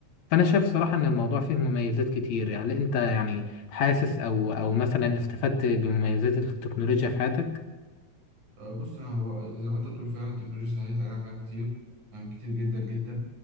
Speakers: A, on the left; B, on the right.
A: فأنا شايف صراحة إن الموضوع فيه مميزات كتير يعني أنت يعني حاسس أو أو مثلا استفدت بمميزات التكنولوجيا في حياتك
B: آه، بص هو زي ما انت بتقول فعلا التكنولوجيا سهلت علينا حاجات كتير فاهم كتير جدا جدا